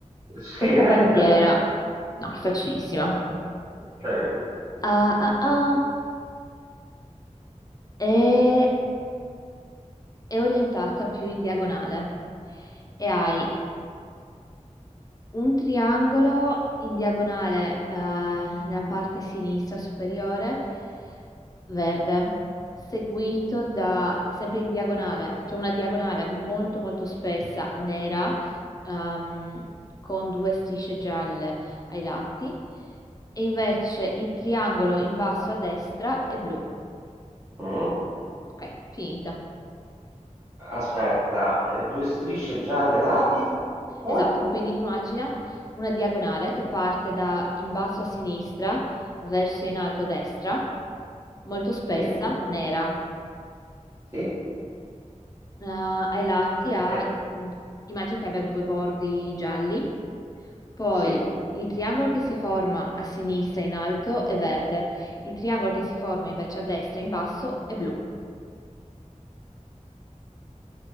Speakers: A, on the right; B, on the left.
A: <laughs> Sì,
B: Questa
A: eh.
B: bandiera, no, è facilissima.
A: Eh, cioè,
B: Ah, ah, ah, è, è orientata più in diagonale e hai un triangolo in diagonale eh, nella parte sinistra superiore verde, seguito da, sempre in diagonale, cioè una diagonale molto molto spessa, nera, ehm, con due strisce gialle ai lati, e invece il triangolo in basso a destra è blu.
A: mm.
B: Ok, finita.
A: Aspetta, eh, due strisce gialle ai lati e poi?
B: Esatto, quindi immagina una diagonale che parte da in basso a sinistra verso in alto a destra, molto spessa,
A: Sì.
B: nera.
A: Sì?
B: eh, ai lati ha,
A: Eh,
B: mh, immagino che abbia due bordi gialli, poi
A: sì?
B: il triangolo che si forma a sinistra in alto è verde, il triangolo che si forma invece a destra in basso è blu.